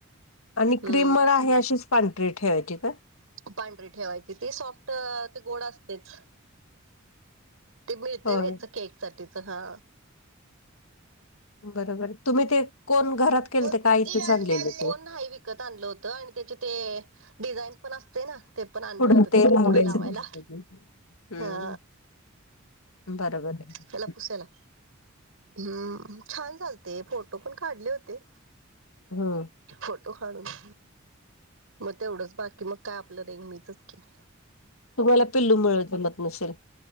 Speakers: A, on the left; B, on the right.
A: आणि
B: हम्म
A: क्रीम मला आहे अशीच पांढरी ठेवायची का
B: पांढरी ठेवायची ते सॉफ्ट ते गोड असतेच ते मिळते
A: होय
B: ह्याच केक साठीच हा
A: बरोबर तुम्ही ते कोण घरात केल
B: कोण
A: ते का आयतेच आणलेलं ते
B: नाही विकत आणलं होत आणि त्याचे ते डिझाईन पण असते ना ते पण आणलं
A: पुढं
B: होत ते
A: लावायचं.
B: पुढं लावायला
A: हम्म
B: हा
A: बरोबर आहे
B: त्याला पुसायला हम्म छान झालते फोटो पण काढले होते
A: हम्म
B: फोटो काढुन मग तेवढंच बाकी मग काय आपलं नेहमीचं की
A: तुम्हाला पिल्लू मुळे जमत नसेल